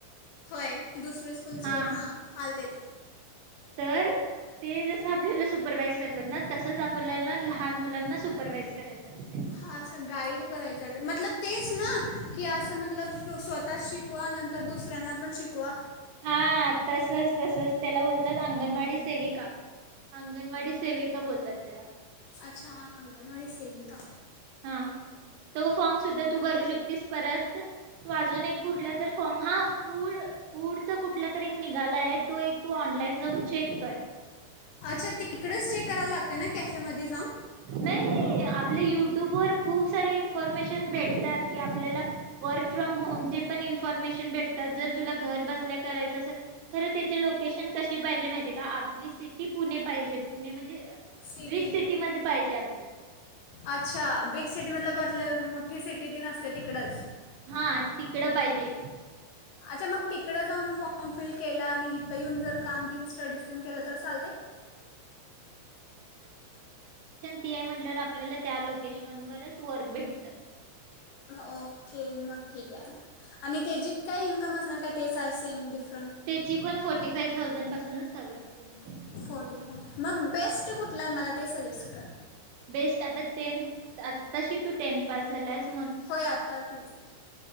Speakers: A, on the left; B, on the right.
A: होय दुसऱ्या स्कूलचे
B: हा
A: हां आलतेे.
B: तर ते जसं आपल्याला सुपरवाइज करतात ना, तसंच आपल्याला लहान मुलांना सुपरवाइज करायचं असतं.
A: हां अच्छा गाईड करायचंय, मतलब तेच ना की असं, मतलब स्वतः शिकवा नंतर दुसऱ्यांना पण शिकवा.
B: हा तसंच तसंच त्याला बोलतात अंगणवाडी सेविका, अंगणवाडी सेविका बोलतात त्याला.
A: अच्छा अंगणवाडी सेविका.
B: हां, तो फॉर्म सुद्धा तू भरू शकतेस परत, तू अजून एक कुठला तर फॉर्म हां फूड फूड च कुठला तर एक निघाला आहे तो एक तू ऑनलाइन जाऊन चेक कर.
A: अच्छा, तिकडेच चेक करायला लागते नाय काय त्यामध्ये जाऊन
B: नाही नाही आपले युट्यूब वर खूप सारे इन्फर्मेशन भेटतात की आपल्याला वर्क फ्रॉम होमचे पण इन्फर्मेशन भेटतात जर तुला घर बसल्या करायचं असेल खरं त्याचे लोकेशन कशी पाहिजे माहिती आहे का आपली सिटी पुणे पाहिजे पुणे म्हणजे
A: सिटी
B: रिच
A: <unintelligible>
B: सिटीमध्ये पाहिजे आपली
A: अच्छा बिग सिटी मतलब लय मोठी सिटी ती नसते तिकडच
B: हां तिकडं पाहिजे.
A: अच्छा मग तिकडे जाऊन फॉर्म फिल केला आणि हिथं येऊन जर काम तिनं ड्रीस्टन केलं तर चालते?
B: तीथली आहे म्हंटल्यावर आपल्याला त्या लोकेशन वरच वर्क भेटत.
A: मग ओके मग ठिक आहे आणि ते जे काही इन्कम असणार का तेचा आहे सेम डिफ
B: त्याची पण फोर्टी फाइव थाउजंड पासूनच चालू असते इन्कम.
A: फोर्टी फाय मग बेस्ट कुठला आहे मला ते सजेस्ट कर.
B: बेस्ट आता टेंथ आताशी तू टेंथ पास झालायस.
A: होय आता टेंथला आहे.